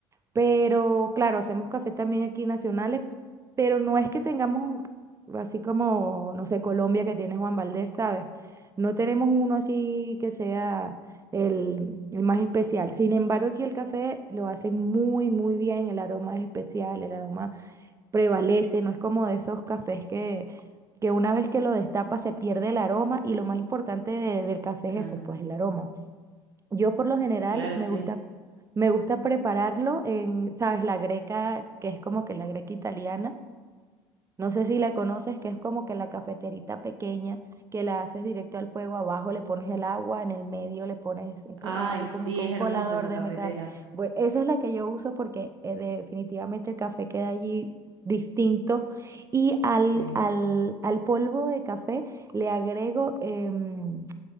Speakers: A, on the right; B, on the right.
A: Pero claro, hacemos café también aquí nacionales, pero no es que tengamos así como, no sé, Colombia que tiene Juan Valdez, ¿sabes? No tenemos uno así que sea el, el más especial. Sin embargo, aquí el café lo hacen muy, muy bien, el aroma es especial, el aroma prevalece, no es como de esos cafés que, que una vez que lo destapa se pierde el aroma y lo más importante de- del café
B: Ah,
A: es eso, pues el aroma. Yo por lo general
B: claro,
A: me
B: sí.
A: gusta, me gusta prepararlo en, ¿sabes? La greca, que es como que la greca italiana. No sé si la conoces, que es como que la cafeterita pequeña que la haces directo al fuego, abajo le pones el agua, en el medio le pones, eh, co-
B: Ay,
A: eh, hay como
B: sí,
A: que un
B: es hermosa
A: colador
B: esa
A: de
B: cafetera.
A: metal. Bueno, esa es la que yo uso porque eh, definitivamente el café queda allí distinto. Y al,
B: Sí.
A: al, al polvo de café le agrego em,